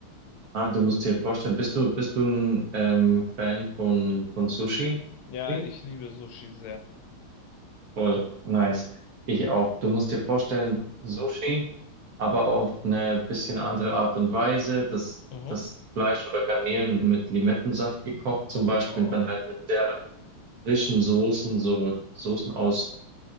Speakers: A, on the right; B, on the left.
A: ah, du musst dir vorstellen, bist du, bist du ein ähm, Fan von, von Sushi?
B: Ja,
A: Labi?
B: ich liebe Sushi sehr.
A: Voll nice. Ich auch. Du musst dir vorstellen, Sushi, aber auf eine bisschen andere Art und Weise. Das,
B: Mhm.
A: das Fleisch oder Garnelen mit Limettensaft gekocht zum
B: Oh,
A: Beispiel und dann halt mit sehr frischen Soßen, so Soßen aus